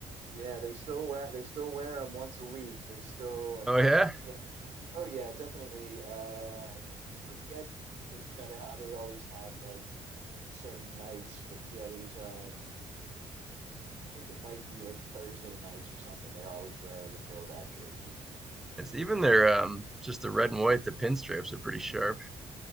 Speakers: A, on the right; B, in the centre.
A: Yeah, they still wear they still wear them once a week. They still I
B: Oh yeah,
A: forget. Oh yeah, definitely. Uh, I forget they're you know they, how they always have like certain nights, but yeah, there's um I think it might be like Thursday nights or something. They always wear the throwback jerseys.
B: it's even their um just the red and white, the pinstripes are pretty sharp.